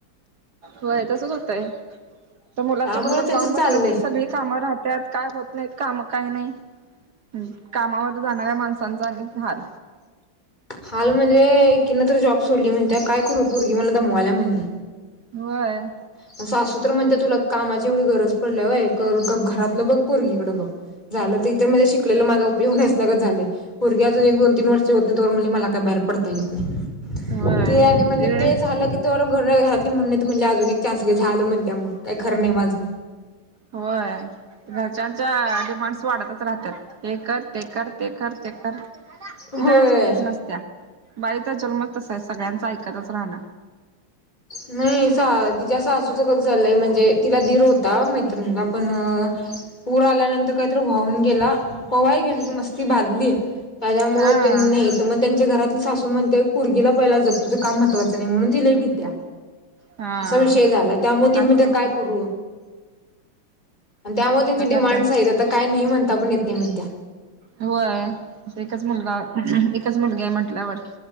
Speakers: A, on the right; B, on the left.
A: होय तसच होतंय तर मुलांच्या
B: त्यामुळे
A: बरोबर
B: त्यांचं
A: जाऊन
B: चाललंय.
A: बसलं की सगळी काम राहते आज काय होत नाही काम काय नाही. <inaudible> ह् कामामध्ये जाणाऱ्या माणसांचा अनेक हाल.
B: हाल म्हणजे <inaudible> कीन तर जॉब सोडली म्हणत्या काय करू पोरगी मला दमवायला म्हणली.
A: होय.
B: <inaudible> सासूत्र म्हणते तुला कामाची एवढी गरज पडल्या <inaudible> व कर घरातलं बघ पुरगी <inaudible> झालं तर <inaudible> इ शिक माझा. <inaudible> ऊसलगच झाले <inaudible> भरगे अजून एक दोन तीन वर्ष होते त <inaudible> म्ह मला काय बाहेर पडता येत नाही
A: होय
B: ते आणि म्हणजे
A: ये
B: ते झालं की. त घर घातली म्हण नाही त म्हणज अजून एक चान्स घे झालं म्हण त्या म काही खरं नाही माझं.
A: होय. घरच्यांच्या डिमांडस वाढतच राहतात. हे कर, ते कर, ते कर, ते कर, ते कर.
B: होय.
A: तिथं काय सुट्टीच नसत्या बाई तर जन्म तसा आहे सगळ्यांच ऐकतच राहण.
B: नाहीस. तिच्या सासूच कसं झालंय म्हणजे तिला दीर होता मैत्रिणीला पण. पूर आल्यानंतर काहीतरी वाहून गेला, पवाय गेली मस्ती बाधली. त्यामुळे
A: हा
B: <inaudible> नाही तर मग त्यांचे घरातले सासू म्हण पोरगीला पहिला जप तुझं काम महत्वाच नाही म्हणून तिले भीत्या.
A: हा
B: असा विषय झाला त्यामुळे मग ते म्हणते
A: असतय
B: काय
A: की
B: करू, आणि
A: होय
B: त्यामुळे
A: आता
B: त्यांचे डिमांड्स
A: घरच्यांच
B: आहेत आता काय नाही म्हणता पण येत नाही म्हण त्या
A: होय एकच मुलगा एकच मुलगी आहे म्हंटल्यावर